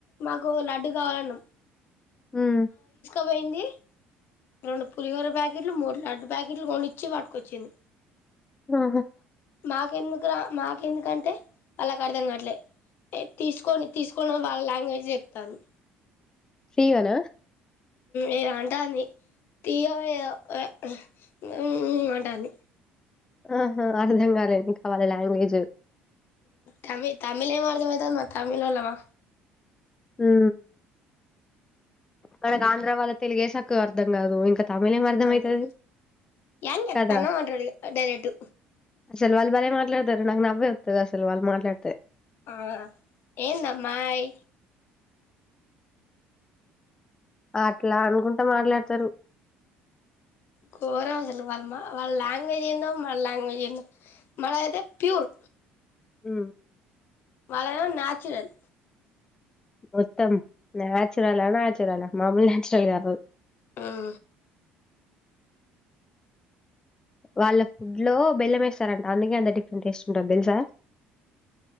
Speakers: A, on the left; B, on the left.
A: మాకు లడ్డు కావాలన్నా
B: హ్మ్
A: పోయింది రెండు పులిహోర ప్యాకెట్లు మూడు లడ్డు ప్యాకెట్లు కొన్ని ఇచ్చి పట్టుకోచ్చింది
B: ఆా
A: మాకెందుకు రా మాకెందుకంటే వాళ్ళకి అర్థం కాట్లే తీసుకొని తీసుకోని వాళ్ వాళ్ళ లాంగ్వేజ్ చెప్తాన్డ్రు
B: ఫ్రీ గన
A: ఏ అంటంది తీగో ఏదో ఉ ఉ అంటంది
B: ఆహా అర్థం కాలే ఇంక వాళ్ళ లాంగ్వేజ్
A: తమి తమిళేం అర్ధమైతంది మనం తమిళోళ్ళమా
B: హు మనకు ఆంధ్ర వాళ్ళ తెలుగే సక్కగ అర్థం కాదు ఇంకా తమిళ్ ఏం అర్థం
A: ఆహా
B: అయితది
A: ఏయన్ చేతనావ్
B: కదా
A: అంటాడు డైరెట్
B: అసలు వాళ్ళు భలే మాట్లాడతారు నాకు నవ్వే వస్తుంది అసలు వాళ్ళు మాట్లాడితే
A: ఆ ఏందమ్మాయ్
B: అట్లా అనుకుంటా మాట్లాడతారు
A: ఘోరం అసలు వాళ్ళమా వాళ్ళ లాంగ్వేజ్ ఏందో మన లాంగ్వేజ్ ఏందో మనదఅయితే ప్యూర్
B: ఉ
A: వళ్లదేమో నేచురల్
B: మొత్తం నాచురల్ నాచురల్ ల మామూలు నాచురల్ కాదు
A: హు
B: వాళ్ళ ఫుడ్ లో బెల్లం వేస్తారంట అందుకే అంత డిఫరెంట్ టేస్ట్ ఉంటుంది తెలుసా